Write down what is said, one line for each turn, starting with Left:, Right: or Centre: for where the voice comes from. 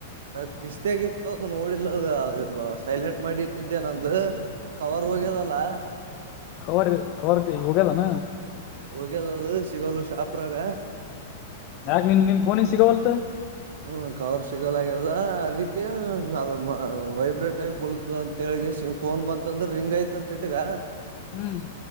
Right: ಅದ್ ಕಿಸ್ತೇಗಿತ್ತು ಅದು ನೋಡಿಲ್ಲದ ಸೈಲೆಂಟ್ ಮಾಡಿ ಇಟ್ಟಿದ್ದೆ ನಂದು. ಕವರ್ ಹೋಗ್ಯದಲ್ಲ.
Left: ವರ್ ವರ್ ಹೋಗ್ಯದಾನ
Right: ಹೋಗ್ಯದ ಅದು ಸಿಗೋಲು ಶಾಪ್ರಾಗ
Left: ಯಾಕ ನಿನ್ ನಿನ್ ಫೋನಿಿಗೆ ಸಿಗವಲ್ತೆ
Right: ಹ್ಮ ಕವರ್ ಸಿಗಲಾಗ್ಯದ ಅದಕ್ಕೆ ಅ ವೈಬ್ರೇಟ್ ಆಗಿ ಬಳತ ಅಂತ ಹೇಳಗೆ ಸಿ ಫೋನ್ ಬಂತಂದ್ರೆ ರಿಂಗ್ ಯತಂತ ಇಟ್ಟಗ
Left: ಹ್ಮ್